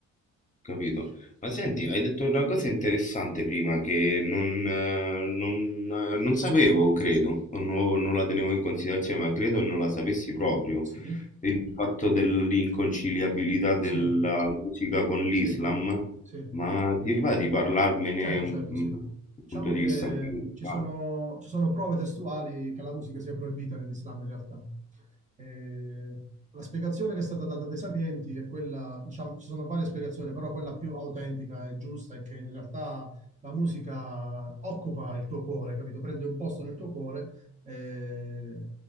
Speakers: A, on the left (about 25°); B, on the right (about 25°).
A: Capito? Ma senti, hai detto una cosa interessante prima che non, eh, non, eh, non sapevo, credo, o no- non la tenevo in considerazione, ma credo non la sapessi proprio.
B: Sì,
A: Il fatto dell'inconciliabilità della
B: sì,
A: musica con l'Islam,
B: sì, sì.
A: ma ti va di parlarmene
B: Certo,
A: mm,
B: certo, sì.
A: dal
B: Diciamo
A: punto di
B: che
A: vista principale,
B: ci sono, ci sono prove testuali che la musica sia proibita nell'Islam in realtà. Eh, la spiegazione che è stata data dai sapienti è quella, diciamo, ci sono varie spiegazioni, però quella più autentica e giusta è che in realtà la musica occupa il tuo cuore, capito? Prende un posto nel tuo cuore eh,